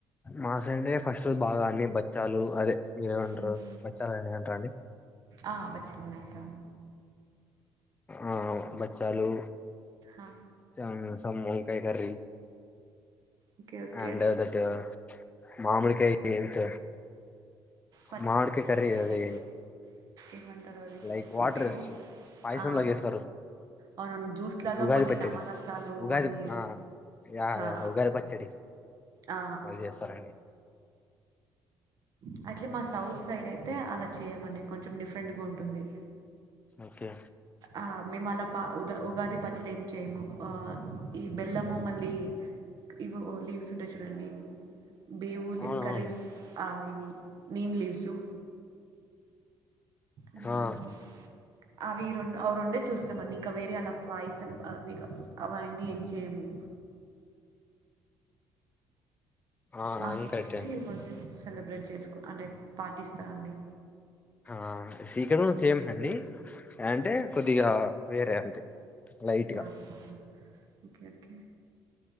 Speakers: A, on the left; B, on the right.
A: మా సైడే ఫస్ట్ రోజు బాగా అన్ని బచ్చాలు అదే మీరు అంటారా
B: హ్మ్.
A: బచ్చాలని అంటారాండి
B: ఆ పచ్చిగున్నాయట
A: ఆ బచ్చాలు
B: ఆ!
A: చ స వంకాయ curry
B: okay. Okay.
A: And that మామిడికాయ ఎంట
B: పచ్చ్
A: మామిడి కాయ కర్రి
B: అదే
A: అది
B: ఏమంటారు అది
A: లైక్ వాటర్
B: బే
A: పాయసం
B: ఆ
A: లాగా చేస్తారు
B: అవునవును జ్యూస్ లాగా
A: ఉగాది
B: కొన్ని
A: పచ్చడి
B: నవ రసాలు
A: ఉగాది
B: అని
A: ఆ యా
B: హా
A: యా ఉగాది పచ్చడి
B: ఆ
A: అది చేస్తారండి
B: ఆ అట్లే మా సౌత్ సైడ్ అయితే అలా చేయమండి కొంచెం డిఫరెంట్ గా ఉంటుంది
A: ఓకే
B: ఆ! మేము అలా పా ఉద ఉగాది పచ్చడి ఏమి చేయము ఆ ఈ బెల్లము మళ్ళీ ఇవి లీవ్స్ ఉంటాయి చూడండి బేవులు
A: అవునవును
B: కరీల్ ఆ ఇ ఉహ్మ్ నీమ్ లేసుు ఈ
A: ఆ
B: మధ్య అవి రెండు అవి రెండే చూస్తమండి ఇంకా వేరే అలా పాయసం అవి అవన్నీ ఏం చేయము
A: ఆ
B: మా
A: అది
B: సైడ్
A: కరెక్టే
B: అయితే
A: అండి
B: ఆల్వేస్ సెలబ్రేట్ చేసుకో అంటే పాటిస్తాండి
A: ఆ సీక్ర సేమ్ అండి అంటే కొద్దిగా వేరే అంతే లైట్ గా
B: ఆహ్ హ ఓకే ఓకే